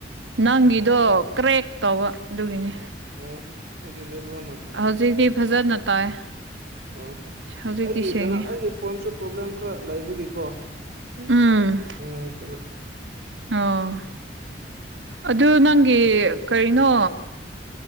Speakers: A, on the right (about 80°); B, on the right (about 60°).
A: ꯅꯪꯒꯤꯗꯣ ꯀ꯭ꯔꯦꯛ ꯇꯧꯕ ꯑꯗꯨꯒꯤꯅꯤ
B: ꯑꯣ ꯑꯩꯒꯤ ꯅꯦꯠꯋꯥꯛꯅ
A: ꯍꯧꯖꯤꯛꯇꯤ ꯐꯖꯅ ꯇꯥꯏ
B: ꯑꯥ
A: ꯍꯧꯖꯤꯛꯇꯤ
B: ꯑꯩꯒꯤ
A: ꯁꯦꯡꯉꯤ
B: ꯀꯩꯅꯣ ꯑꯩꯒꯤ ꯐꯣꯟꯁꯨ ꯄ꯭ꯔꯣꯕ꯭ꯂꯦꯝ ꯈꯔ ꯂꯩꯕꯒꯤꯀꯣ
A: ꯎꯝ
B: ꯅꯨꯡꯉꯥꯏ ꯆꯂ
A: ꯑꯣ ꯑꯗꯨ ꯅꯪꯒꯤ ꯀꯔꯤꯅꯣ